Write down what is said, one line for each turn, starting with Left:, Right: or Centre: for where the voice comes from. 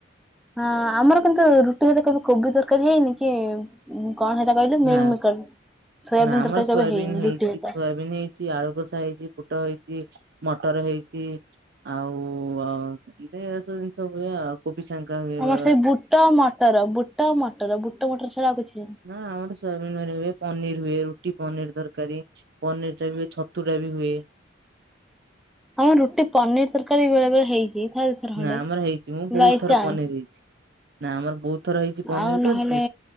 Centre: ନା ଆମର କିନ୍ତୁ ରୁଟି ସହିତ କେବେ କୋବି ତରକାରୀ ହେଇନି କି କଣ ହେଟା କହିଲୁ ମିଲମିକର୍,
Right: ନା
Centre: ସୋୟାବନ୍
Right: ନା ଆମର
Centre: ତରକାରୀ
Right: ସୋୟାବିନ୍
Centre: କେବେ ହେଇନି
Right: ହେଇଛି
Centre: ରୁଟି ସହିତ।
Right: ସୋୟାବିନ୍ ହେଇଛି ଆଳୁ କଷା ହେଇଛି, ପୋଟଳ ହେଇଛି, ମଟର ହେଇଛି ଆଉ <unintelligible> ଏସବୁ ଜିନିଷ ହୁଏ। କୋବି ଟଙ୍କା ହୁଏ
Centre: ଆମର
Right: ବେଳେବେଳେ।
Centre: ସେଇ ବୁଟ, ମଟର, ବୁଟ, ମଟର ବୁଟ - ମଟର ଛଡ଼ା ଆଉ କିଛିି ନାହିଁ।
Right: ନା ଆମର ସୋୟାବିନ ତରକାରୀ ହୁଏ, ପନିର ହୁଏ ରୁଟି ପନିର ତରକାରୀ। ପନିର ଟା ବି ହୁଏ ଛତୁ ଟା ବି ହୁଏ।
Centre: ଆମର ରୁଟି ପନିର ତରକାରୀ ବେଳେ ବେଳେ ହେଇଛି। ଥରେ ଥର ଖଣ୍ଡେ।
Right: ନା ଆମର ହେଇଛି ମୁଁ
Centre: ବାଇଚାନ୍ସ
Right: ବହୁତ ଥର ପନିର ହେଇଛି। ନା ଆମର ବହୁତ ଥର ହେଇଛି ପନିର
Centre: ଆଉ ନହେଲେ
Right: କରିଛି।